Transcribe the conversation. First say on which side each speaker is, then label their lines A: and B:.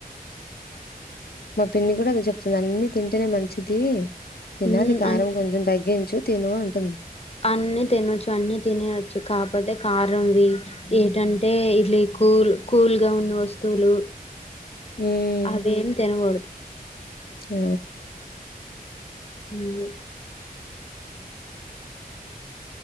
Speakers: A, on the left (about 80°); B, on the left (about 40°).
A: మా పిన్ని కూడా అదే చెప్తుతది అన్ని తింటేనే మంచిది తినాలి
B: ఉమ్
A: కారం
B: అన్ని
A: కొంచెం తగ్గించు తిను అంటుంది
B: అన్ని తినచ్చు అన్ని తినేయవచ్చు కాకపోతే కారంవి ఏంటంటే ఇడ్లీ కూల్ కూల్ గా ఉన్న వస్తువులు
A: హ్మ్
B: అదేం తినలేదు
A: ఆ
B: ఉ